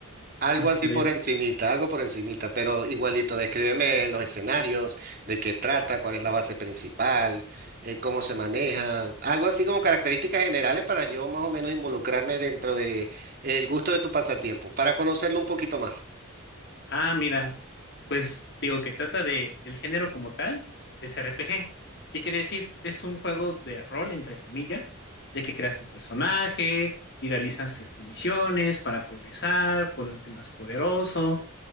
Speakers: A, on the right; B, on the left.
A: Algo
B: No sé
A: así
B: si lo
A: por
B: hayas
A: encimita,
B: escuchado.
A: algo por encimita, pero igualito, descríbeme los escenarios, de qué trata, cuál es la base principal, eh, cómo se maneja, algo así como características generales para yo más o menos involucrarme dentro de el gusto de tu pasatiempo, para conocerlo un poquito más.
B: Ah, mira, pues digo que trata de el género como tal, es RPG. ¿Qué quiere decir? Es un juego de rol, entre comillas, de que creas tu personaje y realizas este, misiones para progresar, ponerte más poderoso.